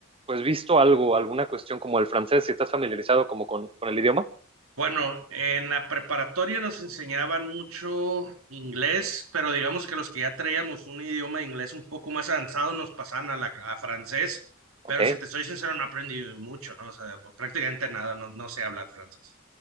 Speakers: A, on the right; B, on the right.
A: pues visto algo, alguna cuestión como el francés, si estás familiarizado como con, con el idioma.
B: Bueno, en la preparatoria nos enseñaban mucho inglés, pero digamos que los que ya traíamos un idioma de inglés un poco más avanzado nos pasaban a, la, a francés,
A: Ok.
B: pero si te soy sincero, no aprendí mucho, ¿no? O sea, prácticamente nada, no, no sé hablar francés.